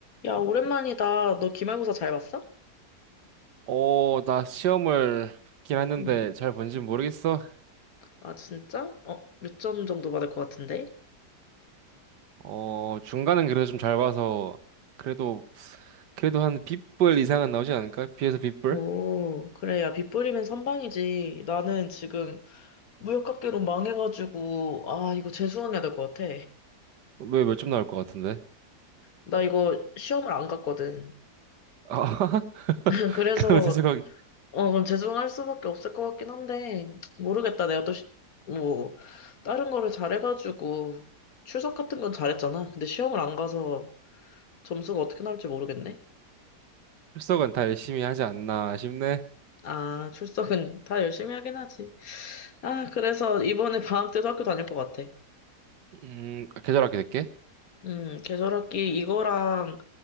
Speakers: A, on the left; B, on the right.
A: 야, 오랜만이다. 너 기말고사 잘 봤어?
B: 어, 나 시험을 긴 했는데
A: 응.
B: 잘 본지 모르겠어.
A: 아, 진짜? 어, 몇 점 정도 받을 것 같은데?
B: 어, 중간은 그래도 좀 잘 봐서 그래도 그래도 한 B불 이상은 나오지 않을까? B에서 B불?
A: 오, 그래. 야, 빗 뿌리면 선방이지. 나는 지금 무역학개론 망해가지고, 아, 이거 재수강해야 될 것 같아.
B: 왜 몇 점 나올 것 같은데?
A: 나 이거 시험을 안 갔거든.
B: 아,
A: <laughs>
B: <laughs>
A: 그래서,
B: 그럼 재수강
A: 어, 그럼 재수강할 수밖에 없을 것 같긴 한데, 모르겠다. 내가 또, 시- 뭐, 다른 거를 잘해가지고, 출석 같은 건 잘했잖아. 근데 시험을 안 가서 점수가 어떻게 나올지 모르겠네.
B: 출석은 다 열심히 하지 않나 싶네.
A: 아, 출석은 다 열심히 하긴 하지. 아, 그래서 이번에 방학 때도 학교 다닐 것 같아.
B: 음, 계절학기 될게.
A: 음, 계절학기 이거랑